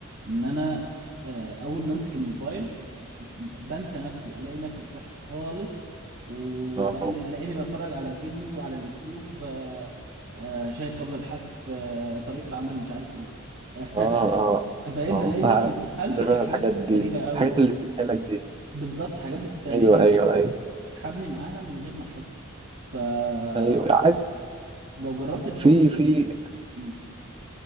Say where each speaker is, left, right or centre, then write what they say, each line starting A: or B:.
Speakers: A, on the right; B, on the right.
A: ان انا آه، اول ما امسك الموبايل بنسى نفسي الاقي نفسي سرحت خالص وبلاقيني
B: اه اه
A: بتفرج على فيديو على اليوتيوب آه، آه، شاهد قبل الحذف آه، طريقة عمل مش عارف ايه <laughs>
B: اه
A: فاهم
B: اه
A: بلاقي نفسي
B: عارف
A: اتسحلت
B: انا
A: في حاجات
B: الحاجات دي
A: غريبة قوي
B: الحاجات اللي بتسألك دي
A: بالظبط حاجات بتستهلك
B: ايوه ايوه ايوه
A: تسحبني معاها من غير ما احس فلو
B: ايوه عاد-
A: جربت البرومودورو
B: في في
A: مم.